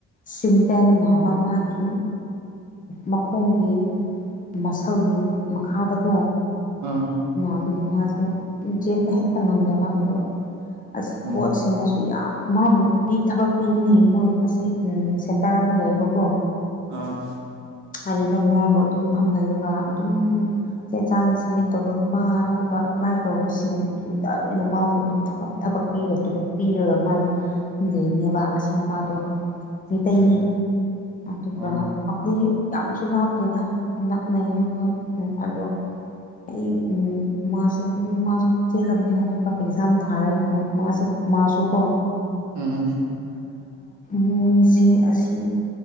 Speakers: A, on the left (about 30°); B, on the right (about 70°).
A: ꯁꯤꯟꯇꯦꯟ ꯅꯥꯕ ꯃꯥꯒꯤ ꯃꯈꯣꯡꯒꯤ ꯃꯁꯜꯒꯤ ꯃꯈꯥꯗꯀꯣ
B: ꯑꯥ
A: ꯑꯗꯨꯒꯤ ꯃꯥꯁꯦ ꯆꯦꯟꯕ ꯍꯦꯛꯇ ꯉꯝꯗꯕ ꯑꯗꯨꯒ ꯑꯁꯤ
B: ꯎꯝ
A: ꯀꯣꯠꯁꯤꯡꯅꯁꯨ ꯌꯥꯝ ꯃꯥꯕꯨ ꯊꯕꯛ ꯄꯤꯕꯅꯦ ꯃꯣꯏ ꯑꯁꯤ ꯁꯦꯟꯇꯔ ꯑꯃ ꯂꯩꯌꯦꯕꯀꯣ
B: ꯑꯥ
A: ꯑꯗꯨꯗ ꯃꯥꯕꯨ ꯑꯗꯨꯝ ꯐꯝꯍꯜꯂꯒ ꯑꯗꯨꯝ ꯆꯦ ꯆꯥꯡ ꯁꯃꯤꯠ ꯇꯧꯕ ꯑꯗꯨꯒ ꯑꯦꯄ꯭ꯂꯥꯏ ꯇꯧꯕꯁꯤꯡ ꯑꯗꯨꯗ ꯂꯣꯏꯅ ꯃꯥꯕꯨ ꯑꯗꯨꯝꯕ ꯄꯤꯔꯒ ꯂꯩꯕꯅꯦꯕ ꯑ ꯅꯨꯄꯥꯗꯣ ꯃꯤꯇꯩꯩꯅꯤ
B: ꯎꯝ
A: ꯑꯗꯨꯒ
B: ꯎꯝ
A: ꯑꯩꯈꯣꯏ ꯌꯥꯝꯁꯨ ꯂꯥꯞꯇꯦꯗ ꯅꯛꯅꯩꯌꯦ ꯑꯩꯈꯣꯏ ꯑꯗꯣ ꯑꯩ ꯎ ꯃꯥꯁꯦ ꯑꯗꯨꯝ ꯃꯥꯁꯨ ꯆꯦꯜꯂꯝꯃꯦ ꯑꯗꯨꯒ ꯑꯦꯛꯖꯥꯝ ꯊꯥꯔꯦ ꯃꯥꯁꯦ ꯃꯥꯁꯨꯀꯣ
B: ꯎꯝ
A: ꯃꯣꯏꯁꯦ ꯑꯁꯤ